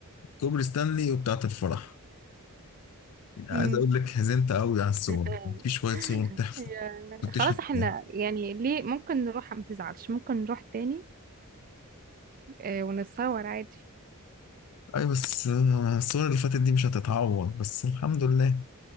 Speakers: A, on the left; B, on the right.
A: كوبري ستانلي وبتاعت الفرح يعني
B: مم.
A: عايز اقول لك حزنت قوي على الصور
B: <laughs>
A: في شوية صور تحفة
B: يا-
A: كنتش
B: خلاص
A: هتجيبها
B: احنا يعني ليه ممكن نروح ما تزعلش ممكن نروح تاني آه، ونتصور عادي
A: اي بس آه، الصور اللي فاتت دي مش هتتعوض بس الحمد لله